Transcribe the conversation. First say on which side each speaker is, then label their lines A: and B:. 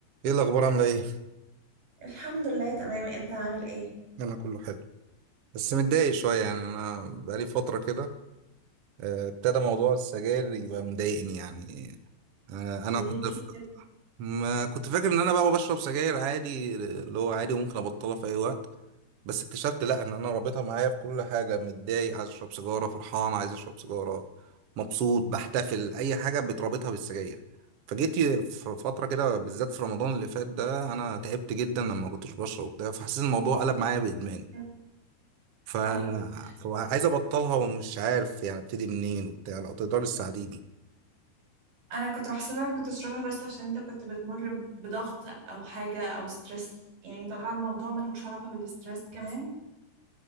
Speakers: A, on the right; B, on the right.
A: ايه الاخبار عامله ايه
B: الحمد لله تمام انت عامل ايه
A: انا كله حلو بس متضايق شويه يعني انا بقالي فتره كده آه، ابتدى موضوع السجاير يبقى مضايقني يعني آه، انا
B: ليه
A: كنت ف... ما كنت فاكر ان انا بقى بشرب سجاير عادي اللي هو عادي وممكن ابطلها في اي وقت بس اكتشفت لا ان انا رابطها معايا في كل حاجه متضايق عايز اشرب سيجاره فرحان عايز اشرب سيجاره مبسوط بحتفل اي حاجه بتربطها بالسجاير فجيت ي- في فترة كده بالذات في رمضان اللي فات ده أنا تعبت جدا لما كنتش بشرب وبتاع فحسيت الموضوع قلب معايا بإدمان
B: كده؟
A: ف...
B: أيوة
A: فعايز ابطلها ومش عارف يعني ابتدي منين وبتاع لو تقدر تساعديني
B: أنا كنت بحسبك بتشربها بس عشان أنت كنت بتمر بضغط أو حاجة أو ستريس يعني طلع الموضوع ملهوش علاقة بالستريس كمان